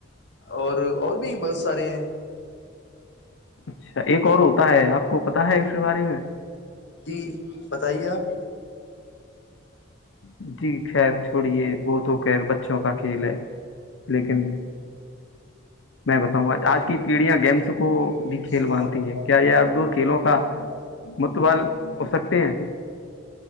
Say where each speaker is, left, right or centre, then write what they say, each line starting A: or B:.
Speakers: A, on the left; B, on the left.
A: اور اور بھی بہت سارے ہیں
B: اچھا ایک اور ہوتا ہے آپ کو پتا ہے اس کے بارے میں
A: جی بتائیے آپ
B: ہ جی خیر چھوڑیے وہ تو خیر بچوں کا کھیل ہے لیکن میں بتاؤں گا آج کی پیڑھیاں گیمس کو
A: ا
B: بھی کھیل مانتی ہیں کیا یہ آؤٹ ڈور کھیلوں کا متبال ہو سکتے ہیں